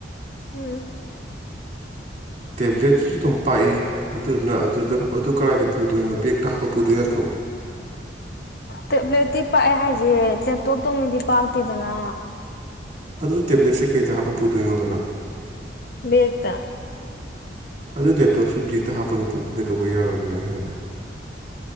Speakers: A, on the left; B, on the right.
A: ꯎꯝ
B: ꯇꯦꯕ꯭ꯂꯦꯠꯇꯨꯁꯨ ꯑꯗꯨꯝ ꯄꯥꯛꯏ ꯑꯗꯨꯗꯨꯅ ꯑꯗꯨꯗ ꯑꯗꯨ ꯀꯔꯥꯏꯗ ꯄꯨꯗꯣꯏꯅꯣ ꯕꯦꯛꯇ ꯍꯥꯞꯄ ꯄꯨꯗꯣꯏ ꯅꯠꯇ꯭ꯔꯣ
A: ꯇꯦꯕ꯭ꯂꯦꯠꯇꯤ ꯄꯥꯛꯑꯦ ꯍꯥꯏꯁꯦ ꯂꯦꯞꯇꯣꯞꯇꯧꯅꯗꯤ ꯄꯥꯛꯇꯦꯗꯅ
B: ꯑꯗꯨ ꯇꯦꯕ꯭ꯂꯦꯠꯁꯦ ꯀꯩꯗ ꯍꯥꯞꯄ ꯄꯨꯗꯣꯏꯅꯣꯕ ꯅꯪ
A: ꯕꯦꯛꯇ
B: ꯑꯗꯨ ꯂꯦꯞꯇꯣꯞꯁꯨ ꯕꯦꯛꯇ ꯍꯥꯞꯄꯒ ꯄꯨꯕꯥ ꯀꯩꯗꯧꯕꯩ ꯌꯥꯔꯣꯏꯗꯣꯏꯅꯣ <unintelligible>